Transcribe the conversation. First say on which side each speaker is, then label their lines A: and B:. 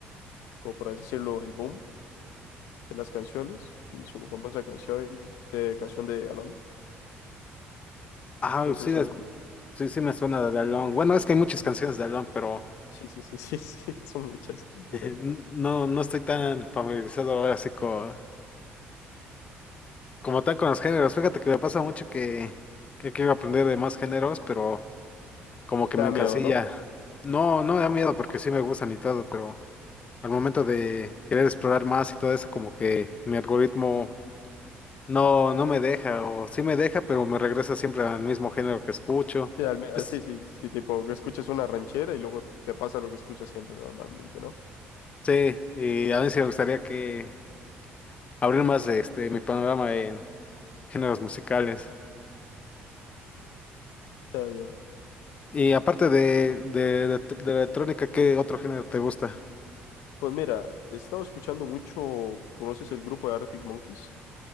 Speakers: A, on the left; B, on the left.
A: como por así decirlo, el boom. de las canciones y su famosa canción, eh, canción de Alan.
B: Ah,
A: No
B: sí,
A: sé
B: la-
A: si,
B: Sí, sí me suena de Alone. Bueno, es que hay muchas canciones de Alone, pero
A: sí, sí, sí, sí, <laughs> sí, son muchas, literal.
B: <laughs> no, no estoy tan familiarizado ahora así co- como tal con los géneros. Fíjate que me pasa mucho que, que quiero aprender de más géneros, pero como que
A: Te
B: me
A: da
B: encasilla.
A: miedo, ¿no?
B: No, no me da miedo porque sí me gustan y todo, pero al momento de querer explorar más y todo eso, como que mi algoritmo no, no me deja, o sí me deja, pero me regresa siempre al mismo género que escucho.
A: Sí, al me-
B: Pues,
A: ah, sí, sí, sí, tipo, que escuchas una ranchera y luego te pasa lo que escuchas siempre normalmente, ¿no?
B: sí, y a mí sí me gustaría que abrir más de este mi panorama en géneros musicales.
A: Ya, ya.
B: Y aparte de, de, de, de electrónica, ¿qué otro género te gusta?
A: Pues mira, he estado escuchando mucho, ¿conoces el grupo de Arctic Monkeys?